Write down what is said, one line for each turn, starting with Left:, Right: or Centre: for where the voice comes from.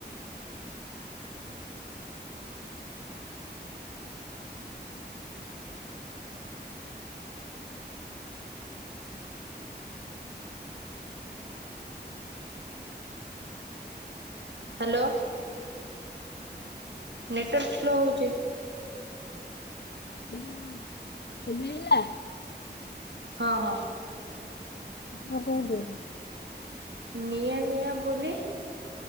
Right: ହାଲୋ, ନେଟୱାର୍କ ସ୍ଲୋ ହଉଚି।
Left: ମିଳିଲା ଏ ମିଲିଲା?
Right: ହଁ, ହଁ।
Left: ଆପଣ କୋଉଠି?
Right: ନିଆଁ ନିଆଁ ବୁଲେ,